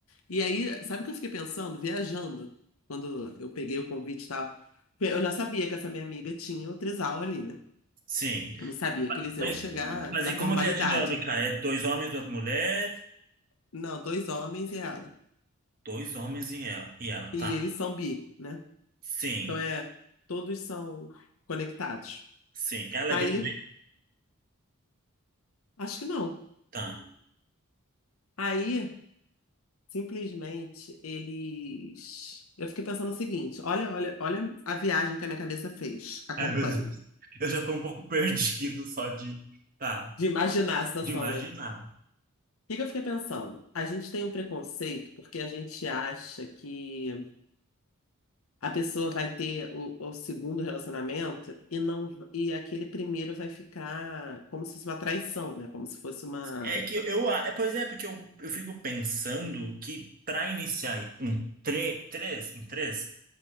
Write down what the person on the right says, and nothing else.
sim.
Mas,
mas
e como
que é a dinâmica? É dois homens, duas mulheres,
dois homens e ela, e ela,
tá.
Sim,
sim. Ela
é B também?
tá?
Ai, meu Deus. Eu já tô um pouco <laughs> perdido só de, tá,
de imaginar.
É que eu, a- é, pois é, porque eu, eu fico pensando que para iniciar um tre, três, em três,